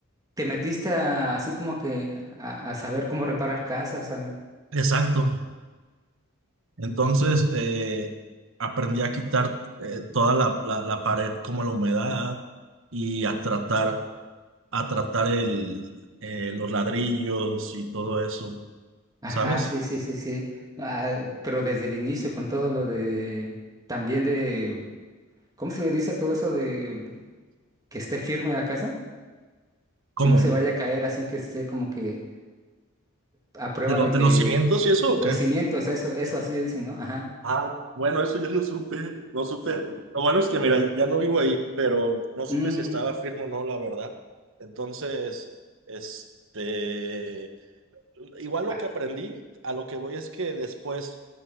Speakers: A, on the right; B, on the right.
A: te metiste a- así como que a, a saber cómo reparar casas. a-
B: exacto. Entonces, eh, aprendí a quitar eh, toda la, la, la pared como la humedad y a tratar. a tratar el, eh, los ladrillos y todo eso,
A: Ajá,
B: ¿sabes?
A: sí, sí, sí, sí. Ah, pero desde el inicio con todo lo de, también de, ¿cómo se le dice a todo eso de que esté firme la casa?
B: ¿Cómo?
A: Que no se vaya a caer así, que esté como que a prueba
B: ¿De, lo-
A: de
B: de
A: que,
B: los cimientos y eso o
A: de
B: qué?
A: los cimientos, eso, eso así le dicen, ¿no? Ajá.
B: Ah, bueno, eso yo lo supe, no supe. Lo bueno es que, mira, ya no vivo ahí, pero no supe
A: Mm,
B: si estaba firme o no, la verdad. Entonces, este, igual lo
A: a-
B: que aprendí, a lo que voy es que después,